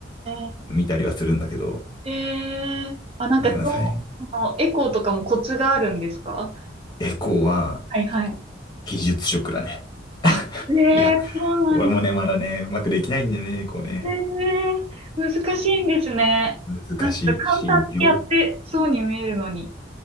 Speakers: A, on the right; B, on the left.
A: え、
B: 見たりはするんだけど。
A: えー、あ、なんか、
B: まあでもさ
A: そのエコーとかもコツがあるんですか
B: エコーは
A: はいはい。
B: 技術職だね。
A: あ、ええそうなんです
B: いや、俺もね、まだね、うまくできないんだよね、こうね。
A: ね。ええ難しいんですね。
B: 難しいし、
A: なんか簡単にやってそうに見えるのに。
B: 病、